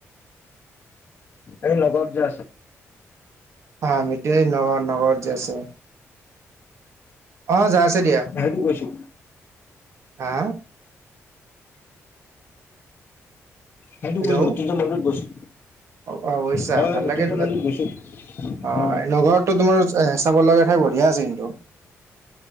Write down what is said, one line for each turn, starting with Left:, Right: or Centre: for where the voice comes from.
Left: এই নগ যে আছে
Right: অ আমিিতয়ে নগ নগৰত য আছো অ যাই আছে দিয়া
Left: হেইটো কৈছো
Right: হা
Left: হ ত
Right: হেল্ল'
Left: গৈছো মই তুজ মনত গৈছো
Right: অ অ বৈছা
Left: হয় হয়
Right: ভাল
Left: মৃত্যুঞ্জয়
Right: লাগে
Left: মন্দিৰত গৈছো।
Right: অ
Left: উম
Right: নগৰতো তোমাৰ চাব লগা ঠাই বঢ়িয়া আছে কিন্তু